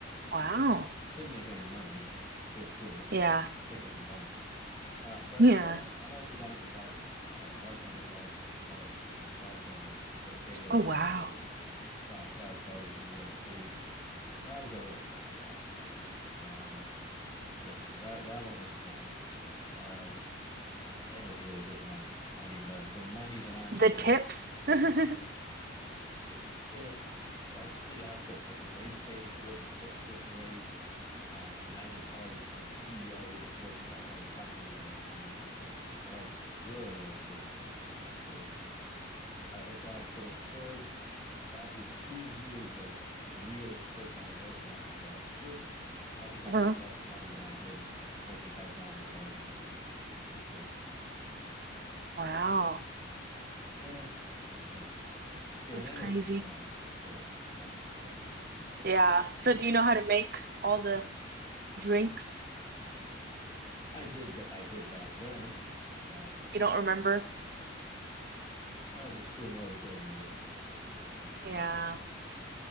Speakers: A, on the right (about 50°); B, on the left (about 20°).
A: Wow.
B: Didn't make any money, but it was cool.
A: Yeah.
B: I mean, nickels and dimes. Uh, but
A: Yeah.
B: then I, I, also got into bartending. I got a bartender's license and started uh, bartending for a catering
A: Oh,
B: company
A: wow.
B: with pri- private parties in New York City. That was a really fun job. Um, yeah, that that one was fun, um, and it was really good money. I mean, the the money that I made,
A: The tips. <laughs>
B: it, it was tips plus the actual pay, the base pay was good. The tips were great. Uh, I mean, I did parties for like CEOs of Fortune 500 companies that were like, oh, right, really, really big checks afterward. Uh, in fact, for the first probably two years of real full time work after grad school, I think I
A: Uh-huh.
B: made less money than I did working part time as a bartender in school.
A: Wow.
B: Yeah, I good,
A: That's
B: and
A: crazy.
B: it was just fun. It was just fun.
A: Yeah. So do you know how to make all the drinks?
B: I did, I did back then. Uh,
A: You don't remember?
B: I was in school more than thirty years ago, so
A: Yeah.
B: not really,